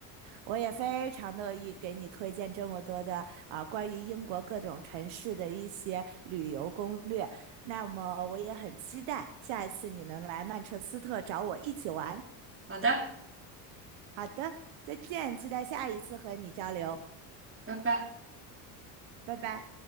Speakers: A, on the right; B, on the right.
A: 我也非常乐意给你推荐这么多的啊，关于英国各种城市的一些旅游攻略。那么我也很期待下一次你能来曼彻斯特找我一起玩。
B: 好的，
A: 好的，再见，期待下一次和你交流，
B: 拜拜。
A: 拜拜。